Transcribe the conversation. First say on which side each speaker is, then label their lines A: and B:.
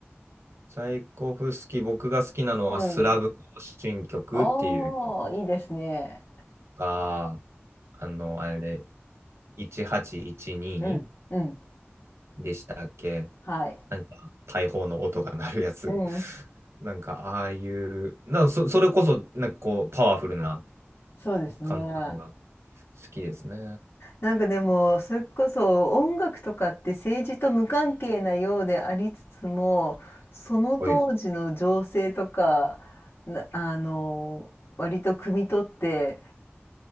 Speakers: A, on the right; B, on the left.
A: チャイコフスキー、僕が好きなのはスラブ行進曲っていう曲
B: うん、ああいいですね。
A: か、あの、あれ、1812
B: うんうん
A: でしたっけ
B: はい。
A: なんか大砲の音が鳴るやつ。
B: うん
A: <laughs> なんかああいう、なんかそ、それこそなんかこうパワフルな
B: そうですね。
A: 感じなのが好きですね。
B: なんかでもそれこそ音楽とかって政治と無関係なようでありつつもその当時の情勢とか
A: はい。
B: なあの割と汲み取って